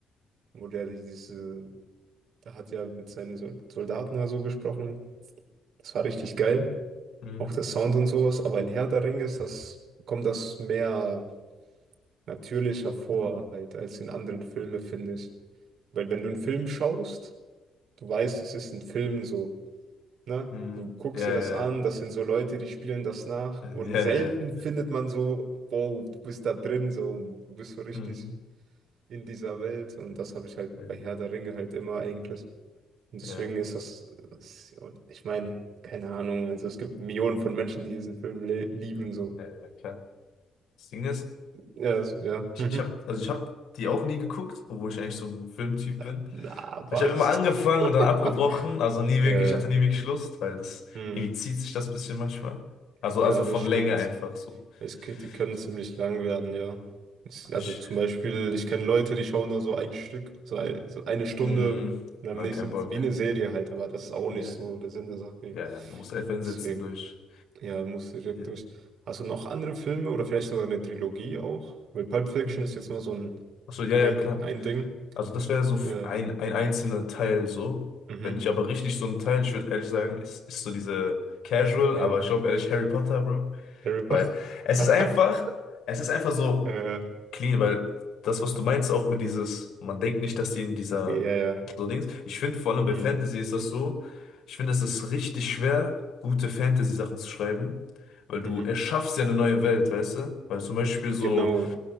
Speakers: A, on the right; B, on the left.
A: wo der diese, der hat ja mit seinen Sol- Soldaten oder so gesprochen. Das war richtig geil.
B: hm,
A: auch der Sound und sowas, aber in Herr der Ringe ist das, kommt das mehr natürlicher vor, halt, als in anderen Filmen, finde ich. Weil wenn du einen Film schaust, du weißt, es ist ein Film so, ne?
B: hm.
A: Du guckst
B: Ja,
A: dir das
B: ja,
A: an, das sind so Leute, die spielen das nach und
B: ja, <laughs>
A: selten
B: ja, ja.
A: findet man so, wow, du bist da drin so und du bist so richtig
B: Hm.
A: in dieser Welt und das habe ich halt
B: hm.
A: bei Herr der Ringe halt immer eigentlich. Und
B: Ja,
A: deswegen ist das, das und ich meine, keine Ahnung, also es gibt Millionen von Menschen, die diesen Film le- lieben so.
B: ja, ja, klar. Das Ding ist,
A: Ja, so- ja.
B: ich,
A: Mhm.
B: ich habe, also ich habe die auch nie geguckt, obwohl ich eigentlich so ein Filmtyp
A: Na,
B: bin.
A: na,
B: Ich
A: was?
B: habe immer angefangen
A: <laughs>
B: und dann abgebrochen, also nie wirklich,
A: Ja, ja.
B: ich hatte nie wirklich Lust, weil das
A: Hm.
B: irgendwie zieht sich das bisschen manchmal. Also,
A: Ja,
B: also von
A: das stimmt.
B: Länge einfach so.
A: Es, k- die können
B: so.
A: ziemlich lang werden, ja. Es, also
B: Ich,
A: zum Beispiel, ich kenne Leute, die schauen nur so ein Stück, so, ein, so eine Stunde
B: mh,
A: und
B: nein,
A: am nächsten,
B: kein Bock.
A: wie eine Serie halt, aber das ist auch
B: Ja,
A: nicht so der Sinn der Sache.
B: ja, ja, man muss einfach hinsetzen
A: Deswegen,
B: durch.
A: ja, musst du direkt
B: Ja.
A: durch. Hast du noch andere Filme oder vielleicht sogar eine Trilogie auch? Weil Pulp Fiction
B: Mhm.
A: ist jetzt mal so ein,
B: Ach so, ja, ja,
A: ein,
B: klar.
A: ein Ding.
B: Also das wäre so
A: Ja,
B: ein,
A: ja.
B: ein einzelner Teil so.
A: Mhm.
B: Wenn ich aber richtig so einen Teil, ich würde ehrlich sagen, ist, ist so diese Casual,
A: ja.
B: aber
A: ja.
B: ich glaube ehrlich Harry Potter, Bro.
A: Harry Potter.
B: Weil es
A: <laughs>
B: ist einfach, es ist einfach so.
A: Ja,
B: clean, weil das, was du meinst, auch mit dieses, man denkt nicht, dass die in dieser
A: ja, ja, ja.
B: so Dings. Ich finde, vor allem
A: Mhm.
B: bei Fantasy ist das so, ich finde, es ist richtig schwer, gute Fantasy-Sachen zu schreiben, weil du
A: Mhm.
B: erschaffst ja eine neue Welt, weißt du? Weil zum Beispiel so
A: Genau,